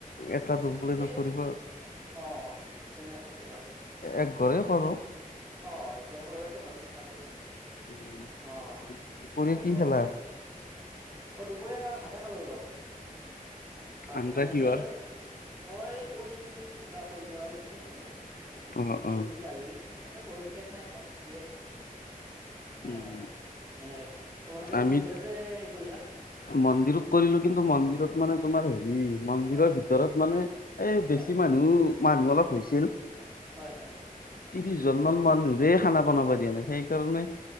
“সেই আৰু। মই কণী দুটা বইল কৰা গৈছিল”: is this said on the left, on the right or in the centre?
Right